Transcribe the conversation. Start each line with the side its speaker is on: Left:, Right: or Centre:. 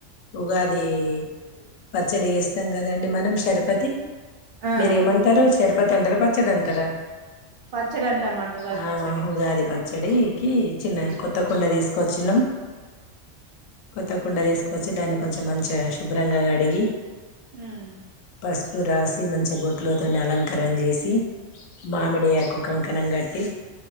Left: ఉగాది పచ్చడి చేస్తాం కదండి మనం షర్ రుపతి
Right: ఆ
Left: మీరేమంటారు షరుపతి అంటార పచ్చడి అంటారా
Right: పచ్చడి అంటామండి ఉగాది
Left: ఆ
Right: పచ్చడి
Left: ఉగాది ప చెడికి చిన్న
Right: ఉహు
Left: కొత్త కుండ తీసుకొచ్చన్నాం కొత్త కుండా తీసుకోవచ్చి దాన్ని కొంచెం మంచిగా శుభ్రంగా కడిగి
Right: ఉమ్
Left: పసుపు రాసి మంచి బొట్లోతో అలంకారం చేసి మామిడికు కనంగట్టి